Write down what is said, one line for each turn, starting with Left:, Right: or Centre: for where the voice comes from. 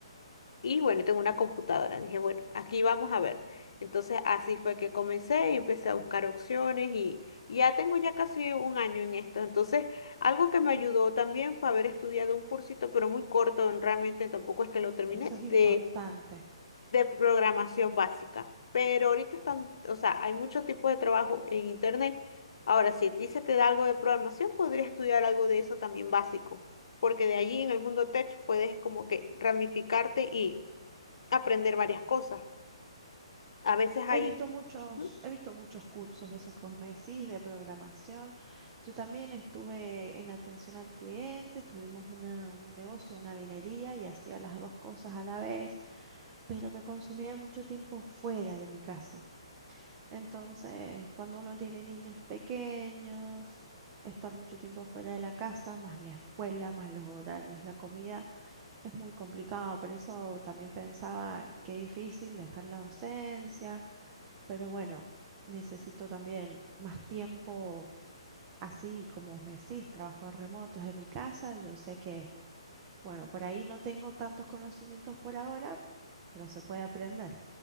Left: y bueno, tengo una computadora. Dije, bueno, aquí vamos a ver. Entonces así fue que comencé y empecé a buscar opciones y, y ya tengo ya casi un año en esto. Entonces, algo que me ayudó también fue haber estudiado un cursito, pero muy corto, realmente tampoco es que lo terminé,
Right: eso es
Left: de,
Right: importante.
Left: de programación básica. Pero ahorita están,
Right: Ujú.
Left: o sea, hay muchos tipos de trabajo en internet. Ahora, si a ti se te da algo de programación, podrías estudiar algo de eso también básico, porque de allí en el mundo tech puedes como que ramificarte aprender varias cosas. A veces hay,
Right: He visto muchos,
Left: ujú,
Right: he visto muchos cursos de esos que vos me decís, de programación. Yo también estuve en atención al cliente, tuvimos una, un negocio, una vinería y hacía las dos cosas a la vez, pero me consumía mucho tiempo fuera de mi casa. Entonces, cuando uno tiene niños pequeños, estar mucho tiempo fuera de la casa, más la escuela, más los horarios, la comida. Es muy complicado, por eso también pensaba qué difícil dejar la docencia, pero bueno, necesito también más tiempo, así como me decís, trabajos remotos de mi casa, yo sé que, bueno, por ahí no tengo tantos conocimientos por ahora, pero se puede aprender.